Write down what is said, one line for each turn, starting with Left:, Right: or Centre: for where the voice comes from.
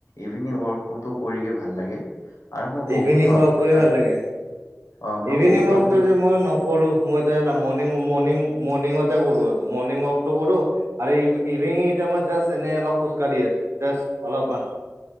Left: ইভিনিং ওৱকটো কৰিগৈ ভাল লাগে। আৰু মই বহুত
Right: ইভিনিং
Left: হ'ল
Right: ওৱাক কৰি
Left: আহ
Right: ভাল লাগে,
Left: অ মই
Right: ইভিনিং
Left: বহুত
Right: ওৱাক
Left: হ'ল
Right: টো যে মই কৰো মই মণং মৰ্ণং মৰ্ণিঙতে কৰো আৰু মৰ্ণিং ওৱাক টো কৰো। আৰু ইভিনিং টাইমত জাষ্ট এনে অলপ খোজকাঢ়ি আছো জাষ্ট। অলপমান।